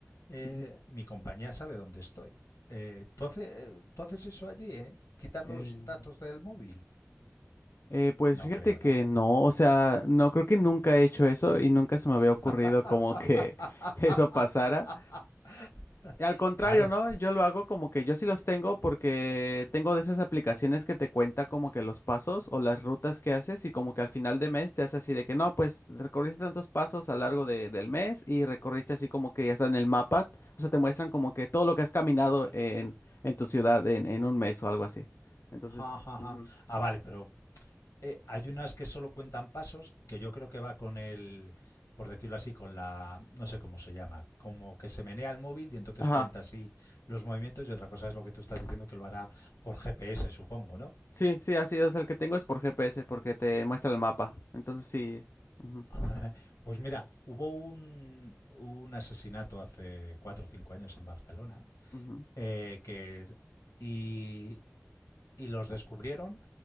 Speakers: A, on the left; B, on the left.
A: eh,
B: ujú.
A: mi compañía sabe dónde estoy. Eh, ¿tú, hace- ¿Tú haces eso allí, eh? ¿Quitar
B: Eh,
A: los datos del móvil?
B: eh, pues
A: No
B: fíjate
A: creo,
B: que
A: ¿no?
B: no, o sea, no creo que nunca he hecho eso y nunca se me había
A: <laughs>
B: ocurrido como que <laughs> eso pasara. Al contrario,
A: Claro.
B: ¿no? Yo lo hago como que yo sí los tengo porque tengo de esas aplicaciones que te cuenta como que los pasos o las rutas que haces y como que al final de mes te hace así de que no, pues recorriste tantos pasos a lo largo de- del mes y recorriste así como que ya está en el mapa. O sea, te muestran como que todo lo que has caminado en, en tu ciudad en, en un mes o algo así. Entonces,
A: Ja, ja,
B: ujú.
A: ja. Ah, vale, pero Eh, hay unas que solo cuentan pasos, que yo creo que va con el, por decirlo así, con la, no sé cómo se llama, como que se menea el móvil y entonces
B: Ajá.
A: cuenta así los movimientos y otra cosa es lo que tú estás diciendo que lo hará por GPS, supongo, ¿no?
B: Sí, sí, así. O sea, el que tengo es por GPS porque te muestra el mapa. Entonces sí. Ujú,
A: <laughs> Pues mira, hubo un, un asesinato hace cuatro o cinco años en Barcelona
B: ujú,
A: eh, que, y, y los descubrieron